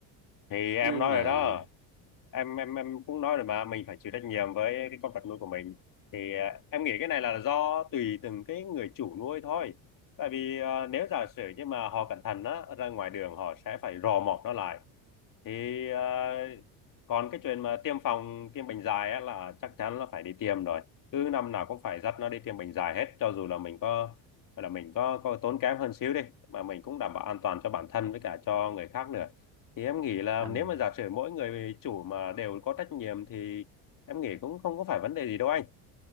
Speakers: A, on the left (about 50°); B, on the right (about 55°).
A: thì em
B: Chứ
A: nói
B: mà
A: rồi đó em em em cũng nói rồi mà mình phải chịu trách nhiệm với cái con vật nuôi của mình thì à, em nghĩ cái này là do tùy từng cái người chủ nuôi thôi tại vì à, nếu giả sử như mà họ cẩn thận á ra ngoài đường họ sẽ phải rò mọc nó lại thì ờ, còn cái chuyện mà tiêm phòng tiêm bệnh dài á, là chắc chắn là phải đi tiêm rồi cứ năm nào cũng phải dắt nó đi tiêm bệnh dài hết cho dù là mình có gọi là mình có có tốn kém hơn xíu đi mà mình cũng đảm bảo an toàn cho bản thân với cả cho người khác nữa thì em nghĩ là
B: anh
A: nếu mà giả sử mỗi người chủ mà đều có trách nhiệm thì em nghĩ cũng không có phải vấn đề gì đâu anh